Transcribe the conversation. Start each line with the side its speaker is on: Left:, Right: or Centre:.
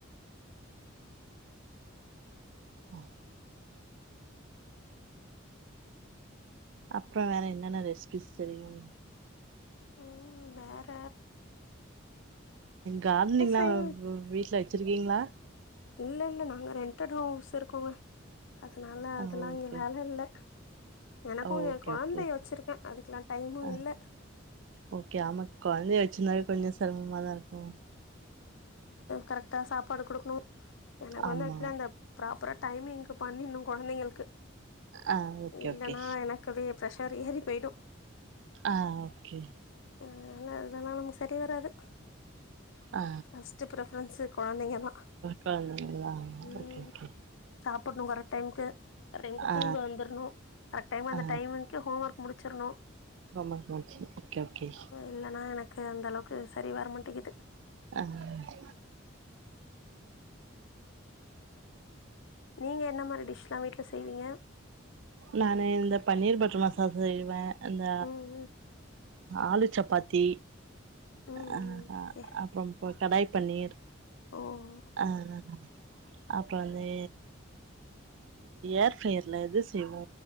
Right: ஓ அப்ப வேற என்னென்ன ரெசிபிஸ் தெரியும்
Left: உம் வேற
Right: கார்டனிங்லா
Left: சரி.
Right: வீட்ல வச்சிருக்கீங்களா
Left: இல்ல இல்ல நாங்க ரெண்டட் ஹவுஸ் இருக்கோங்க அதனால
Right: ஆ
Left: அதெல்லா
Right: ஓகே
Left: இங்க வேல இல்ல எனக்கும்
Right: ஓகே
Left: இங்க கொழந்தைய
Right: ஓகே
Left: வச்சிருக்க அதுக்கெல்லா டைமு
Right: ஆ
Left: இல்ல
Right: ஓகே ஆமா கொழந்தைய வச்சிருந்தாவே கொஞ்சோ செரமமாதா இருக்கு
Left: கரக்டா சாப்பாடு குடுக்ணு எனக்கு
Right: ஆமா
Left: வந்து ஆக்சுவல அந்த ப்ராப்பரா டைமிங்கு பண்ணிர்ணு கொழந்தைங்களுக்கு
Right: ஆ ஓகே
Left: இல்லனா
Right: ஓகே
Left: எனக்கு வே பிரஷர் ஏரி போய்டு
Right: ஆஹ் ஓகே
Left: அதனால சரி வராது
Right: ஆ
Left: ஃபஸ்ட் ப்ரஃபரன்ஸ் கொழந்தைங்க தா
Right: கொழந்தைங்களா
Left: உம்
Right: ஓகே ஓகே
Left: சாப்பட்ணு வர டைம்க்கு கரெக்ட் டைம்க்கு
Right: ஆ
Left: தூங்க வந்தர்ணு கரக்ட் டைம் அந்த
Right: ஆ
Left: டைம் கங்கு ஹோம் ஒர்க் முடிச்சர்னு
Right: ரொம்ப மகிழ்ச்சி ஓகே ஓகே
Left: இல்லன்னா எனக்கு அந்த அளவுக்கு சரி வர டிக்குது
Right: அஹ்
Left: நீங்க என்ன மாறி டிஷ்லா வீட்ல செய்வீங்க
Right: நானு இந்த பன்னீர் பட்டர் மசாலா செய்வ இந்த
Left: ம் ம்
Right: ஆலு சப்பாத்தி
Left: ம்
Right: அஹ்
Left: ம் கே
Right: அப்பறோ கடாய் பன்னீர்
Left: ஓ ம்
Right: ஆஹ் அப்பறோ வந்து ஏர் ஃப்ரையர்ல இது செய்வோ